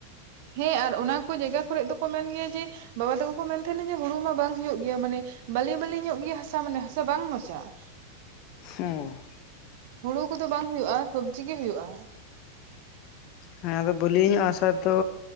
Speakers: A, on the right; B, on the left.
A: ᱦᱮᱸ ᱟᱨ ᱚᱱᱟ ᱠᱚ ᱡᱟᱭᱜᱟ ᱠᱚᱨᱮᱜ ᱫᱚᱠᱚ ᱢᱮᱱ ᱜᱮᱭᱟ ᱡᱮ ᱵᱟᱵᱟ ᱛᱟᱠᱚ ᱠᱚ ᱢᱮᱱ ᱛᱟᱦᱮᱸᱱᱟ, ᱡᱮ ᱦᱩᱲᱩ ᱢᱟ ᱵᱟᱝ ᱦᱩᱭᱩᱜ ᱜᱮᱭᱟ ᱢᱟᱱᱮ ᱵᱟᱞᱮᱼᱵᱟᱞᱮ ᱧᱚᱜ ᱜᱮᱭᱟ ᱦᱟᱥᱟ ᱢᱟᱱᱮ ᱦᱟᱥᱟ ᱵᱟᱝ ᱢᱟᱡᱟᱜᱼᱟ᱾ <inaudible>
B: ᱦᱩᱸ
A: ᱦᱩᱲᱩ ᱠᱚᱫᱚ ᱵᱟᱝ ᱦᱩᱭᱩᱜᱼᱟ, ᱥᱩᱵᱽᱡᱤ ᱜᱮ ᱦᱩᱭᱩᱜᱼᱟ᱾
B: ᱦᱮᱸ ᱟᱫᱚ ᱵᱟᱹᱞᱭᱟᱹ ᱧᱚᱜ ᱦᱟᱥᱟ ᱨᱮᱫᱚ